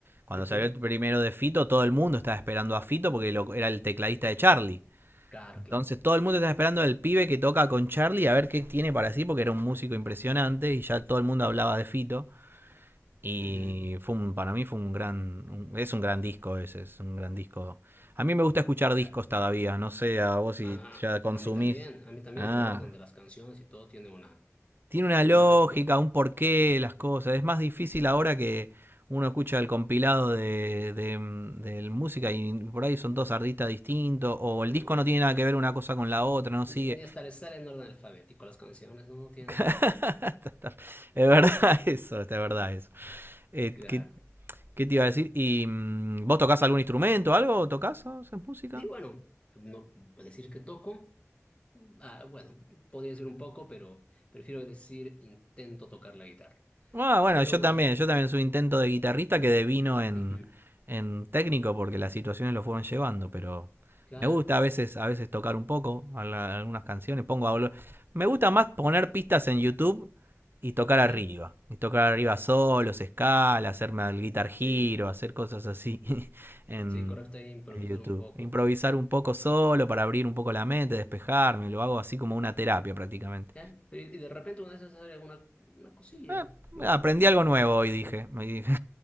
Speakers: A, on the right; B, on the left.
A: Cuando
B: Ujú,
A: salió el primero de Fito, todo el mundo estaba esperando a Fito porque lo- era el tecladista de Charlie.
B: Claro,
A: Entonces
B: claro.
A: todo el mundo estaba esperando al pibe que toca con Charlie a ver qué tiene para sí porque era un músico impresionante y ya todo el mundo hablaba de Fito. Y
B: Ujú.
A: fue un, para mí fue un gran. un- es un gran disco ese, es un gran disco. A mí me gusta escuchar
B: Claro.
A: discos todavía, no sé, a vos si
B: A,
A: ya consumís.
B: a mí también, a mí también
A: Ah,
B: el orden de las canciones y todo tiene una,
A: tiene una
B: tiene
A: lógica,
B: algo, ¿no?
A: un porqué, las cosas. Es más difícil ahora que uno escucha el compilado de, de, de música y por ahí son dos artistas distintos, o el
B: No,
A: disco
B: es-
A: no tiene nada que ver una cosa con la otra, no
B: ni,
A: sigue.
B: ni hasta les sale en orden alfabético las canciones, no, no tiene
A: <laughs>
B: nada que ver.
A: es verdad eso, es verdad eso. Eh,
B: Claro.
A: que ¿Qué te iba a decir? ¿Y mm, vos tocás algún instrumento, algo? ¿Tocás? ¿Haces música?
B: Sí, bueno, no decir que toco, ah, bueno, podría decir un poco, pero prefiero decir intento tocar la guitarra.
A: Ah, bueno,
B: Pero
A: yo
B: bueno,
A: también, yo también soy intento de guitarrista que devino en,
B: ujú,
A: en técnico porque las situaciones lo fueron llevando, pero
B: claro.
A: me gusta a veces, a veces tocar un poco a la- algunas canciones, pongo a vol- me gusta más poner pistas en YouTube y tocar
B: ujú,
A: arriba, y tocar arriba solos, escala, hacerme el guitar giro,
B: Sí,
A: hacer cosas así <laughs> en,
B: sí, correcto, ahí improvisar
A: en YouTube,
B: un poco.
A: improvisar un poco solo para abrir un poco la mente, despejarme, lo hago así como una terapia prácticamente.
B: ¿Ya? Pero y y de repente una de sale alguna una cosilla.
A: Eh,
B: Bueno.
A: aprendí algo nuevo hoy, dije. <laughs> me dije.